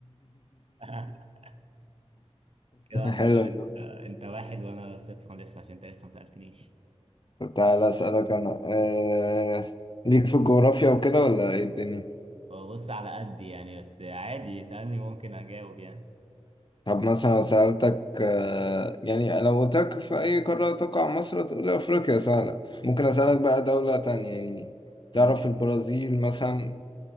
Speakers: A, on the right; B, on the left.
A: <laughs> كده عامه
B: حلو
A: انت
B: والله.
A: انت واحد وانا صفر لسه عشان انت لسه ما سالتنيش
B: طب تعالى اسالك انا أه... ليك في الجغرافيا وكده ولا ايه الدنيا
A: هو بص على قد يعني بس عادي يسالني ممكن اجاوب يعني
B: طب مثلا لو سألتك آه، يعني لو قلت لك في أي قارة تقع مصر تقول لي أفريقيا سهلة ممكن أسألك
A: <laughs>
B: بقى دولة تانية يعني تعرف
A: أمم، يس.
B: البرازيل مثلا